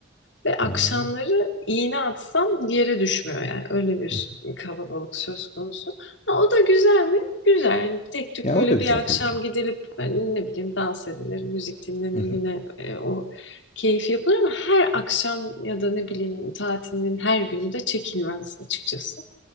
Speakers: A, on the left (about 75°); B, on the left (about 40°).
A: Ve akşamları
B: Aa,
A: iğne atsam yere düşmüyor yani. Öyle bir
B: Hı hı.
A: kalabalık söz konusu. Ha, o da güzel mi? Güzel. Yani tek tük
B: Ya
A: böyle
B: o da güzel
A: bir akşam
B: tabii ki.
A: gidilip hani ne bileyim dans edilir, müzik dinlenir
B: Hı hı.
A: yine e, o keyif yapılır ama her akşam ya da ne bileyim tatilin her günü de çekilmez açıkçası.